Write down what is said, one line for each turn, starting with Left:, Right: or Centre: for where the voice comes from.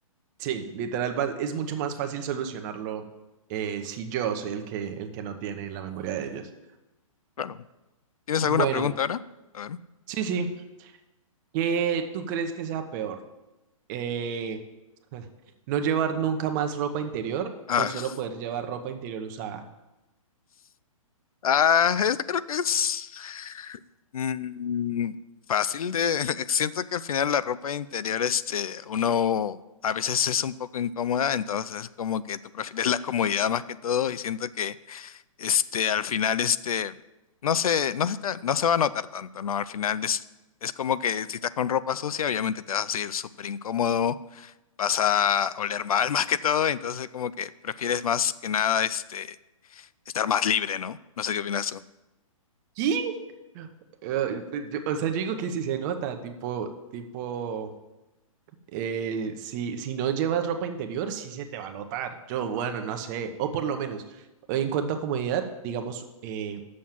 Right: sí, literal, va- es mucho más fácil solucionarlo eh, si yo soy el que, el que no tiene la memoria de ellos.
Left: Claro. ¿Tienes
Right: Bueno,
Left: alguna pregunta ahora? A ver.
Right: sí, sí. ¿Qué tú crees que sea peor? eh, <laughs> no llevar nunca más ropa interior
Left: Ah,
Right: o solo poder llevar ropa interior usada.
Left: ah, esta creo que es mm, fácil de... <laughs> Siento que al final la ropa interior, este, uno a veces es un poco incómoda, entonces como que tú prefieres la comodidad más que todo y siento que, este, al final, este, no se, no se, ta- no se va a notar tanto, ¿no? Al final es, es como que si estás con ropa sucia, obviamente te vas a sentir súper incómodo, vas a oler mal <laughs> más que todo, entonces como que prefieres más que nada, este, estar más libre, ¿no? No sé qué opinas tú.
Right: ¿Y? Eh, pues, yo- o sea, yo digo que si se nota, tipo, tipo, eh, si, si no llevas ropa interior, sí se te va a notar. Yo, bueno, no sé, o por lo menos, en cuanto a comodidad, digamos, eh,